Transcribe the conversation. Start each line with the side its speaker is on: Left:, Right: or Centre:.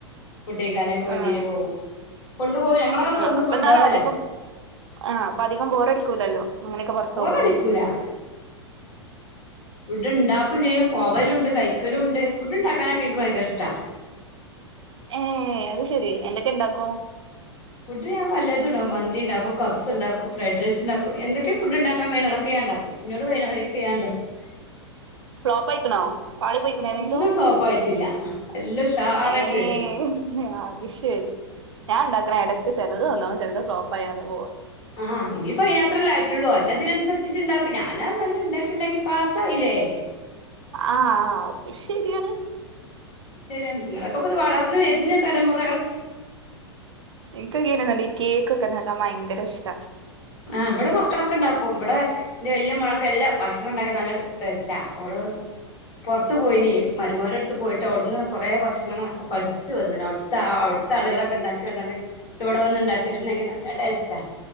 Left: ഫുഡ്ഴകാനൊക്കെ വണ്ടിയില്
Right: ആഹ്
Left: പോകവും കൊണ്ട് പോകും ഞങ്ങളങ്ങൊണ്ട്
Right: ആ
Left: വന്ന്
Right: അപ്പൊ
Left: കൊണ്ടുപവല്ലെ
Right: എന്നാലും അധികം ആ അപ്പൊ അധികം ബോറടിക്കൂലല്ലോ അങ്ങനെയൊക്കെ പുറത്തകുമ്പോ
Left: ബോറടിക്കൂല ഇവിടുണ്ടാ ചെയ്യും പോവലും ഉണ്ട് കൈക്കലും ഉണ്ട് ഫുഡ് ഉണ്ടാക്കാനൊക്കെ എനിക്ക് ഭയങ്കര ഇഷ്ട
Right: ഏ അത് ശെരി എന്തൊക്കെ ഇണ്ടാക്കോ
Left: ഫുഡ് ഞൻല്ലത ഉണ്ടും മന്തി ഉണ്ടാക്കും കബ്സ് ഉണ്ടാക്കും ഫ്രഡ് റൈസ്ണ്ടാക്കും എന്തൊക്കെ ഫുഡ് ഉണ്ടാക്കാൻ കഴിഞ്ഞതെ അതൊക്കെ ഞാൻ ണ്ടാക്കുംന്നോട് അവരൊക്കെയാണ്ടാക്കും
Right: ഫ്ലോപ്പ് ഐക്കണോ പാളി പോയിക്കണെങ്കിലോ
Left: ഒന്നും ഫ്ലോപ്പായിട്ടില്ല എല്ലാം ഉഷാറായിട്ട്
Right: ഏതക്കിലും
Left: വരുള്ളൂ
Right: ഏ... ശരി ഞാൻ ഉണ്ടാക്കണ ഇടക്ക് ചിലത് ഒന്നാ ചിലത് നന്നാവും ചെലത് ഫ്ലോപ്പ് ആയി അവിടെ പോവാ
Left: ആ ഇനി ഇപ്പ അതിന അത്രല്ലായിട്ടുള്ളു എന്റെറെതിനനുസരിട്ടുണ്ടാക്ക ഞാനാ ഇണ്ടാക്കി ഇണ്ടാക്കി പാസ്സായില്ലേ
Right: ആ അപ്പൊ ശരിയാണ്
Left: അത് ശരിയാണ് നിങ്ങളൊക്കെ ഇ ഇത് വളർന്നു വരുന്ന തലമുറ
Right: ഇന്ക് ക്കെയുണ്ടല്ലോ കേക്ക് ഉണ്ടാ പയങ്കര ഷ്ട
Left: ആ ഇവിടെ മക്കളൊക്കെ ഉണ്ടാക്കും ഇവിടെന്റെ വല്യ മുളക്കെ എല്ല ഭക്ഷണം ഉണ്ടാക്കിയ നല്ലൊരു ടേസ്റ്റാ ഓൾ ആ പുറത്ത് പോയിന മരുമോൻ അടുത്ത് പോയിട്ട് അവിടുന്ന് കുറേ ഭക്ഷണങ്ങളൊക്കെ പഠിച്ചു വന്ന അവിടുത്തെ അടുത്ത ആളുകളൊക്കെ ഉണ്ടാക്കണ്ടാണ് ഇ ഇവിടെ വന്ന് ഇണ്ടാക്കിട്ടുണ്ടെങ്കിൽ നല്ല ടേസ്റ്റ